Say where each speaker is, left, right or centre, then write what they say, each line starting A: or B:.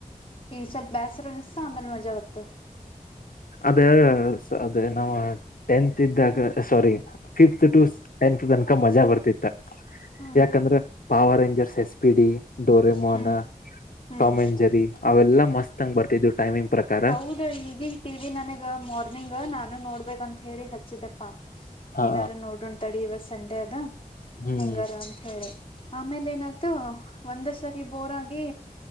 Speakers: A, on the left; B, on the left.
A: ಈ ಸಲ್ ಬಸರ ನಿಸಾಮೇಲೆ ಮಜಾ ಆರ್ತ
B: ಅದ ಅದ ನಾ ಟತ್ ಇದ್ದಾಗ ಸಾರಿ ಫಫತ್ ಟ ತನಕ ಮಜಾ ಬರ್ತಿತ್ತ
A: ಹ್ಮ್
B: ಯಾಕಂದ್ರೆ power Rangers S P D ಡೋರೆ ಮೊಹನ
A: ಹ್ಮ್ ಹ್ಮ್
B: ಟಾಮ್ ಎಂಜರಿ ಅವೆಲ್ಲ ಮಸ್ತ್ಂಗ ಬರ್ತಿದ್ವು ಟೈಮಿಂಗ್ ಪ್ರಕಾರ
A: ಹೌದ ಈಗಟಲಿ ನನಗ ಮಾರ್ನಿಂಗ್ ನಾನು ನೋಡ್ಬೇಕಂತ ಹೇಳಿ ಹಚ್ಚಿದಪ್ಪಾ
B: ಹಾ
A: ಏನಾರ ನೋಡ್ ಉಂತಾಡಿ ಇವಾಗ ಸಂಡೆ ಅದ
B: ಹ್ಮ್
A: ಹೆಂಗಾರ ಅಂತ ಹೇಳಿ ಆಮೇಲೆ ಏನಾಯ್ತು ಒಂದ ಸರಿ ಬೋರ್ ಆಗಿ